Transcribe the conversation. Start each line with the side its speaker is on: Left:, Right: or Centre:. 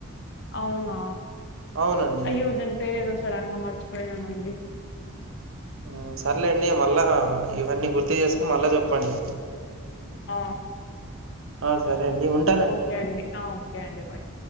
Left: అవునా
Right: అవునండి
Left: అయ్యో దాని పేరేదో సడన్ గా మర్చిపోయాను అండి
Right: ఆ సర్లేండి మళ్ళా ఇవన్నీ గుర్తు చేసుకుని మళ్ళా చెప్పండి
Left: ఆ
Right: ఆ సరే అండి ఉం
Left: ఓకే అండి ఆ ఓకే అండి బాయ్